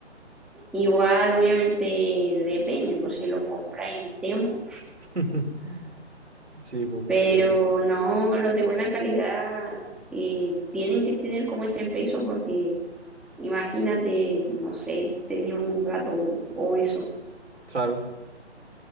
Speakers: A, in the centre; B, on the right.
A: igual, obviamente depende, pues si lo compráis en Temu,
B: <laughs> Sí, po,
A: pero
B: pero...
A: no, los de buena calidad eh, tienen que tener como ese peso porque imagínate, no sé, tenía un gato obeso.
B: Claro.